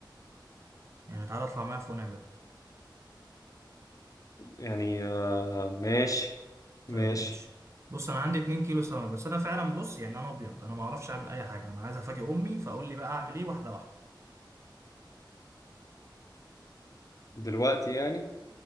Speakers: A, on the right (about 35°); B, on the left (about 45°).
A: يعني تعالى اطلع معايا فوق نعمله
B: يعني آه ماشي
A: طيب
B: ماشي
A: ماشي بص انا عندي 2 كيلو سمك بس انا فعلا بص يعني انا ابيض انا ما اعرفش اعمل اي حاجة انا عايز افاجئ امي فاقول لي بقى اعمل ايه واحدة واحدة
B: دلوقتي يعني